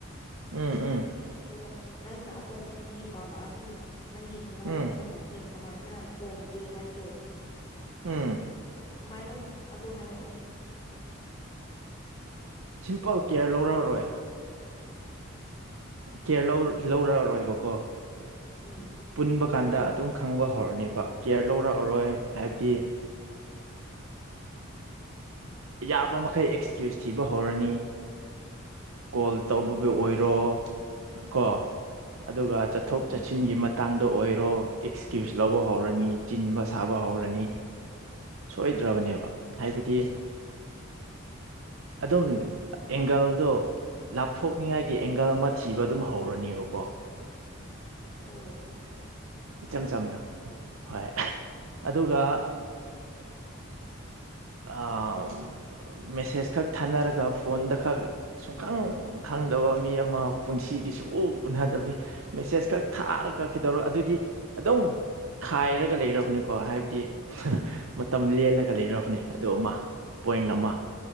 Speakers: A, on the right (about 75°); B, on the left (about 20°).
A: ꯎꯝ ꯎꯝ
B: ꯑꯗꯨꯒ ꯅꯪꯅ ꯑꯇꯣꯞꯄ ꯅꯨꯄꯤ ꯄꯥꯝꯃꯛꯑꯗꯤ ꯅꯪꯒꯤ ꯃꯑꯣꯡ
A: ꯎꯝ
B: ꯃꯇꯧꯁꯦ ꯀꯃꯥꯏꯅ ꯍꯣꯡꯒꯦ ꯍꯥꯏꯕꯗꯣ
A: ꯎꯝ
B: ꯀꯃꯥꯏꯅ ꯑꯗꯨ ꯍꯥꯏꯔꯛꯑꯣꯅꯦ
A: ꯁꯤꯝꯄꯜ ꯀꯦꯌꯔ ꯂꯧꯔꯛꯑꯔꯣꯏ ꯀꯦꯌꯔ ꯂꯧꯔꯛꯑꯔꯣꯏꯕꯀꯣ
B: ꯎꯝ
A: ꯄꯨꯟꯕ
B: ꯑꯇꯩꯗꯤ
A: ꯀꯥꯟꯗ ꯑꯗꯨꯝ ꯈꯪꯕ ꯍꯧ ꯍꯧꯔꯅꯦꯕ ꯀꯦꯌꯔ ꯂꯧꯔꯛꯑꯔꯣꯏ ꯍꯥꯏꯕꯗꯤ ꯌꯥꯕ ꯃꯈꯩ ꯑꯦꯛꯁꯀ꯭ꯌꯨꯁ ꯊꯤꯕ ꯍꯧꯔꯅꯤ ꯀꯣꯜ ꯇꯧꯕꯕꯨ
B: ꯎꯝ
A: ꯑꯣꯏꯔꯣ ꯀꯣ ꯑꯗꯨꯒ ꯆꯠꯊꯣꯛ
B: ꯎꯝ
A: ꯆꯠꯁꯤꯟꯒꯤ ꯃꯇꯥꯡꯗ ꯑꯣꯏꯔꯣ ꯑꯦꯛꯁꯀ꯭ꯌꯨꯁ ꯂꯧꯕ ꯍꯧꯔꯅꯤ ꯆꯤꯟꯕ ꯁꯥꯕ ꯍꯧꯔꯅꯤ ꯁꯣꯏꯗ꯭ꯔꯕꯅꯦꯕ ꯍꯥꯏꯕꯗꯤ ꯑꯗꯨꯝ ꯑꯦꯡꯒꯜꯗꯣ ꯂꯥꯞꯊꯣꯛꯅꯤꯡꯉꯥꯏꯒꯤ ꯑꯦꯡꯒꯜ ꯑꯃ ꯊꯤꯕ ꯑꯗꯨꯝ ꯍꯧꯔꯅꯦꯕꯀꯣ
B: ꯑꯣ
A: ꯏꯆꯝ ꯆꯝꯅ ꯍꯣꯏ ꯑꯗꯨꯒ ꯑ ꯃꯦꯁꯦꯁ ꯈꯛ ꯊꯥꯅꯔꯒ ꯐꯣꯟꯗ ꯈꯛ ꯁꯨꯡꯈꯪ ꯈꯪꯗꯕ ꯃꯤ ꯑꯃ ꯄꯨꯟꯁꯤ ꯁꯨꯡ ꯎꯅꯗꯕ ꯃꯦꯁꯦꯁ ꯈꯛ ꯊꯥꯔ ꯀꯛꯈꯤꯗꯧꯔ ꯑꯗꯨꯗꯤ ꯑꯗꯨꯝ ꯈꯥꯏꯔꯒ ꯂꯩꯔꯕꯅꯤꯀꯣ ꯍꯥꯏꯕꯗꯤ ꯃꯇꯝ ꯂꯦꯜꯂꯒ ꯂꯩꯔꯕꯅꯤ ꯑꯗꯨ ꯑꯃ ꯄꯣꯏꯟ ꯑꯃ